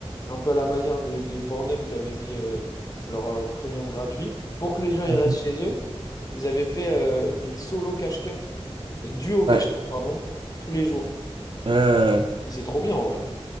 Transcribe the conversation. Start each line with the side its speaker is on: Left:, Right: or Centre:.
Left: un peu à la manière de, de Pornhub qui avait mis euh, leur euh, premium gratuit. Pour que les gens ils
Right: Ok.
Left: restent chez eux, ils avaient fait euh, des solo cash cup, euh, duo cash
Right: Ouais.
Left: cup, pardon, tous les jours.
Right: Euh,
Left: Et c'est trop bien en vrai.